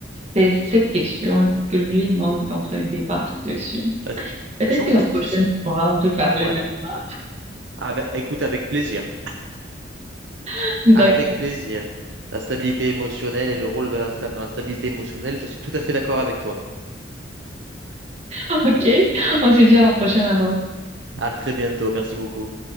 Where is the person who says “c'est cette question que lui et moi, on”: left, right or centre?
Right